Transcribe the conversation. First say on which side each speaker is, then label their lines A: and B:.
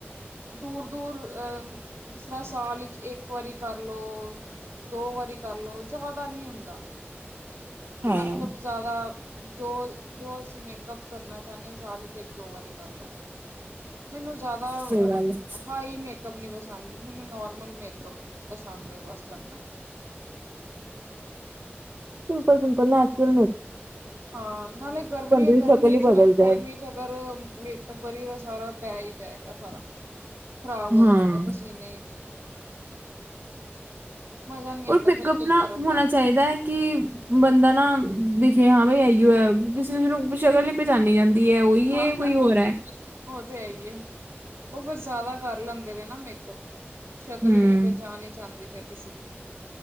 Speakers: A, on the right; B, on the right.
A: ਦੂਰ- ਦੂਰ, ਅਹ ਜਿਸ ਤਰ੍ਹਾਂ ਸਾਲ ਵਿੱਚ ਇੱਕ ਵਾਰੀ ਕਰ ਲਉ। ਦੋ- ਵਾਰੀ, ਕਰਲੋ ਜ਼ਿਆਦਾ ਨਹੀਂ ਹੁੰਦਾ।
B: ਹਾਂ
A: ਮਤਲਬ। ਜ਼ਿਆਦਾ ਜੋ -ਜੋ ਅਸੀਂ ਮੇਕਅਪ ਕਰਨਾ ਚਾਹੁੰਦੇ ਹਾਂ, ਸਾਲ ਚ ਇੱਕ- ਦੋ ਵਾਰੀ ਕਰ ਲਓ। ਮੈਨੂੰ ਜ਼ਿਆਦਾ
B: ਸਹੀ ਗੱਲ ਹੈ
A: ਹਾਈ ਮ। ਮੇਕਅੱਪ ਨਹੀਂ, ਪਸੰਦ ਮੈਨੂੰ ਨਾਰਮਲ ਮੇਕਅਪ ਪਸੰਦ ਹੈ ਬਸ ਕਰਨਾ।
B: ਸ ਸਿੰਪਲ- ਸ ਸਿੰਪਲ ਨਚਲ।
A: ਹਾਂ ਨਾਲੇ ਗਰਮੀ ਹੈ-
B: ਦੀ
A: ਗਰਮੀ
B: ਸ਼ਕਲ ਹੀ
A: ਚ
B: ਬਦਲ ਜਾਏ।
A: ਗਰਮੀ, ਚ ਅਗਰ ਮੇ। ਗਰਮੀ ਦਾ ਸਾਰਾ ਬਹਿ ਹੀ ਜਾਏਗਾ, ਸਾਰਾ ਖ਼ਰਾਬ ਹੋ
B: ਹਾਂ
A: ਜਾਏਗਾ ਪਸੀਨੇ ਚ ਹੀ। ਮਜ਼ਾ ਨਹੀਂ
B: ਉਹ
A: ਆਉਂਦਾ
B: ਪਕਅਪ
A: ਫਿਰ ਕੁਛ
B: ਨਾ
A: ਕਰਨ ਦਾ।
B: ਹੋਣਾ ਚਾਹੀਦਾ ਹੈ। ਕਿ ਬੰਦਾ ਨਾ ਦਿਖੇ ਹਾਂ ਬਾਈ ਇਓ ਹੈ, ਕਿਸੇ ਉਸਨੂੰ ਸ਼ਕਲ ਨੀ ਪਚਾਨੀ ਜਾਂਦੀ। ਦੀ ਹੈ ਉਹੀ
A: ਹਾਂ
B: ਹੈ, ਕੋਈ ਹੋਰ ਹੈ।
A: ਉਹ ਤੇ ਹੈ ਹੀ ਹੈ। ਉਹ ਫਿਰ ਜ਼ਿਆਦਾ ਕਰ ਲੈਂਦੇ ਰਹੇ ਨਾ ਮੇਕਅਪ। ਸ਼ਕਲ
B: ਹੂੰ।
A: ਹੀ ਨਹੀਂ ਪਹੁੰਚਾ ਨਹੀਂ ਜਾਂ ਹੁੰਦੀ ਫੇਰ ਕਿਸੇ ਦੀ।